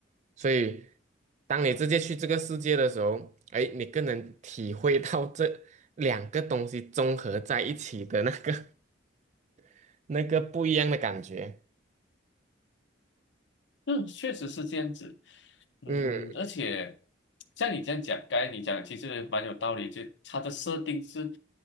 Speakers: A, on the right; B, on the left.
A: 所以，当你直接去这个世界的时候，哎，你更能体会到这两个东西综合在一起的那个 <laughs> 那个不一样的感觉。
B: 嗯，嗯确实是这样子。嗯，
A: 嗯，
B: 而且像你这样讲，刚才你讲其实蛮有道理，就它的设定是